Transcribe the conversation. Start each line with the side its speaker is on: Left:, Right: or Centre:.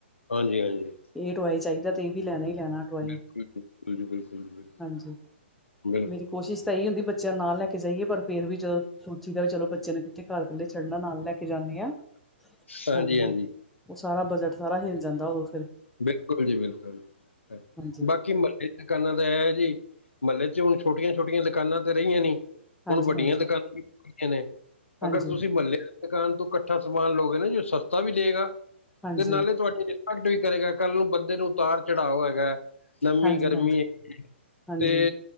Left: ਹਾਂਜੀ ਹਾਂਜੀ
Centre: ਇਹ ਟਵਾਏ ਚਾਈਦਾ ਤੇ ਏ ਵੀ ਲੈਣਾ ਈ ਲੈਣਾ। ਟੋਆਏ
Left: ਬਿਲਕ ਜੀ ਬਿਲਕੁਲ ਜੀ ਬਿਲਕੁਲ ਜੀ ਬਿਲਕੁਲ
Centre: ਹਾਂਜੀ।
Left: ਬਿਲਕੁਲ
Centre: ਮੇਰੀ ਕੋਸ਼ਿਸ਼ ਤਾਂ ਏ ਈ ਹੁੰਦੀ ਬੱਚਿਆਂ ਨੂੰ ਨਾ ਲੈ ਕੇ ਜਾਈਏ ਪਰ ਫੇਰ ਵੀ ਜਦੋਂ ਜਿਦਾ ਵੀ ਚਲੋ ਬੱਚੇ ਨੂੰ ਕਿੱਥੇ ਘਰ ਕੱਲੇ ਛੱਡਨਾ ਨਾਲ ਲੈ ਕੇ ਜਾਂਨੀ ਆਂ
Left: ਹਾਂਜੀ
Centre: ਹਾਂ ਜੀ।
Left: ਹਾਂਜੀ
Centre: ਸਾਰਾ ਬਜਟ ਸਾਰਾ ਹਿਲ ਜਾਂਦਾ ਉਦੋਂ ਫਿਰ
Left: ਬਿਲਕੁਲ ਜੀ ਬਿਲਕੁਲ
Centre: ਹਾਂਜੀ।
Left: ਬਾਕੀ ਮ ਇਹ ਦੁਕਾਨਾਂ ਤਾਂ ਇਹ ਜੀ ਮਹੱਲੇ ਚ ਹੁਣ ਛੋਟੀਆਂ ਛੋਟੀਆਂ ਦੁਕਾਨਾਂ ਤੇ ਰਹੀਆਂ ਨੀ
Centre: ਹਾਂਜੀ
Left: ਹੁਣ ਵੱਡੀਆਂ
Centre: ਹਾਂਜੀ
Left: ਦੁਕਾਨਾਂ ਵੀ ਹੈਗੀਆਂ ਨੇ
Centre: ਹਾਂਜੀ
Left: ਅਗਰ ਤੁਸੀਂ ਮਹੱਲੇ ਦੁਕਾਨ ਤੋਂ ਇਕੱਠਾ ਸਮਾਨ ਲੋ ਨਾ ਜੀ ਸਸਤਾ ਵੀ ਦੇਏਗਾ
Centre: ਹਾਂਜੀ
Left: ਤੇ ਨਾਲੇ ਤੁਹਾਡੀ ਰਿਸਪੈਕਟ ਵੀ ਕਰੇਗਾ ਕੱਲ ਨੂੰ ਬੰਦੇ ਨੂੰ ਉਤਾਰ ਚੜਾਓ ਹੈਗਾ
Centre: ਹਾਂਜੀ
Left: ਨਮੀ ਗਰਮੀ
Centre: ਹਾਂਜੀ
Left: ਹੈਗੀ
Centre: ਹਾਂਜੀ
Left: ਤੇ